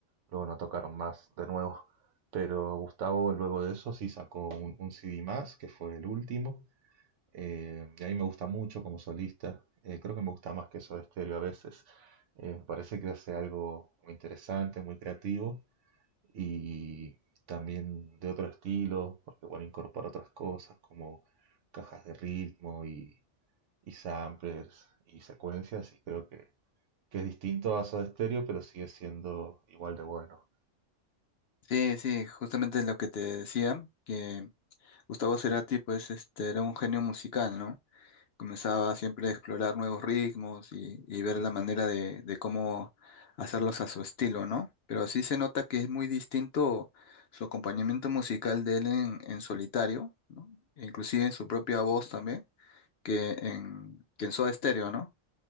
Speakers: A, on the right; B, on the left.
A: luego no tocaron más de nuevo. Pero Gustavo luego de eso sí sacó un, un CD más, que fue el último. Eh, y a mí me gusta mucho como solista. Eh, creo que me gusta más que Soda Stereo a veces. Eh, me parece que hace algo muy interesante, muy creativo y también de otro estilo, porque bueno, incorpora otras cosas como cajas de ritmo y, y samplers y secuencias y creo que, que es distinto a Soda Stereo, pero sigue siendo igual de bueno.
B: Sí, sí, justamente lo que te decía, que Gustavo Cerati, pues, este, era un genio musical, ¿no? Comenzaba siempre a explorar nuevos ritmos y, y ver la manera de, de cómo hacerlos a su estilo, ¿no? Pero sí se nota que es muy distinto su acompañamiento musical de él en, en solitario, ¿no? E Inclusive en su propia voz también que en, que en Soda Stereo, ¿no?